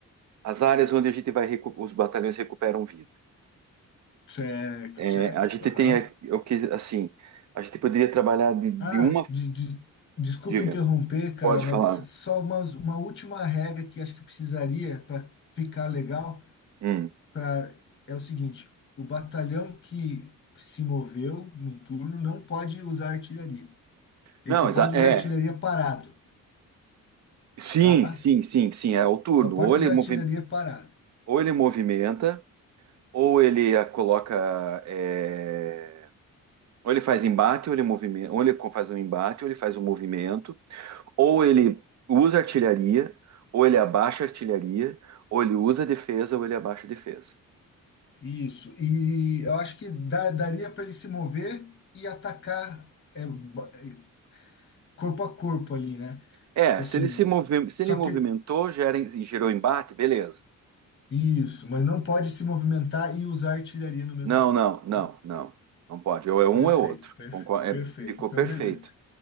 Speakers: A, on the right; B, on the left.
A: as áreas onde a gente vai, recu- os batalhões recuperam vida.
B: Certo,
A: É,
B: certo.
A: a gente
B: Aham.
A: tem aqui- o que, assim, a gente poderia trabalhar de, de
B: Ah,
A: uma,
B: de, de- desculpa
A: diga,
B: interromper, cara,
A: pode
B: mas
A: falar.
B: só uma, uma última regra que acho que precisaria para ficar legal.
A: Hum.
B: pra, é o seguinte, o batalhão que se moveu num turno não pode usar artilharia. Ele
A: Não,
B: só
A: exa-
B: pode usar
A: é,
B: artilharia parado,
A: sim,
B: tá?
A: sim, sim, sim, é o turno.
B: Só pode
A: Ou
B: usar
A: ele, movi-
B: artilharia parada.
A: ou ele movimenta, ou ele a coloca, é, ou ele faz embate, ou ele movimenta, ou ele co- faz um embate, ou ele faz um movimento, Ou ele usa artilharia, ou ele abaixa artilharia, ou ele usa defesa, ou ele abaixa defesa.
B: Isso. E eu acho que dá- daria para ele se mover e atacar é, ba- é, corpo a corpo ali, né?
A: É,
B: Tipo assim,
A: se ele se movi- se
B: só
A: ele movimentou,
B: que
A: gera, gerou embate, beleza.
B: isso, mas não pode se movimentar e usar artilharia no mesmo
A: Não,
B: turno,
A: não, não,
B: tá?
A: não. Não pode. Ou é um
B: Perfeito,
A: ou é outro.
B: perfeito,
A: Concor- é,
B: perfeito.
A: ficou
B: Então,
A: perfeito.
B: beleza.